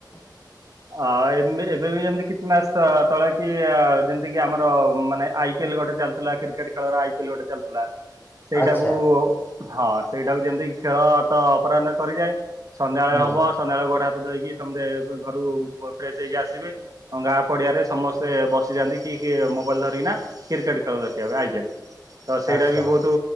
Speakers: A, on the left; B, on the right.
A: <unintelligible>
B: ଏବେ ବି ଯେମିତି କିଛି ମାସ ତଳେ କି ଯେମିତି କିି ଆମର ମାନେ ଆଇ। ଆଇପଏ ଲ ଗୋଟେ ଚାଲିଥିଲା କ୍ରିକେଟ ଖେଳ ଆଇିଏଲ ଗୋଟେ ଚାଲିଥିଲା। ସେଇଟାକୁ
A: ଆଚ୍ଛା
B: ହଁ ସେଇଟାକୁ ଯେମିତି ଖେଳ ତ ଅପରାହ୍ନ ସରିଯାଏ। ସନ୍ଧ୍ୟାବେଳେ
A: ହୁଁ
B: ହବ ସନ୍ଧ୍ୟାବେଳେ ଗୋଟେ ହାତ ଧୋଇକି ଘରୁ ଫ୍ରେଶ ହେଇକି ଆସିବେ। ଗାଁ ପଡିଆରେ ସମସ୍ତେ ବସିଯାଆନ୍ତି କି କି ମୋବାଇଲ ଧରିକିନା। କ୍ରିକେଟ ଖେଳ ଆଇ ପିଏଲ ତ ସେଇଟା
A: ଆଚ୍ଛା
B: ବି ବହୁତ